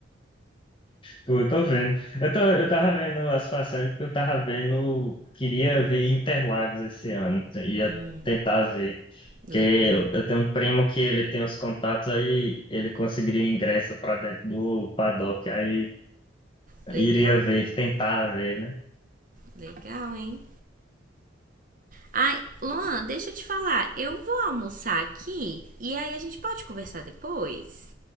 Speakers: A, on the left (about 25°); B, on the right (about 45°).
A: Pô, eu tô vendo. Eu, tô, eu tava vendo as passagens porque eu tava vendo. Queria ver Interlagos esse ano. Ia
B: Hum,
A: tentar ver. Porque
B: legal.
A: eu, eu tenho um primo que ele tem os contatos, aí ele conseguiria ingresso pra dentro do paddock. Aí
B: Legal,
A: iria ver, tentar ver, né?
B: legal, hein? Ai, Luan, deixa eu te falar. Eu vou almoçar aqui e aí a gente pode conversar depois? Beleza.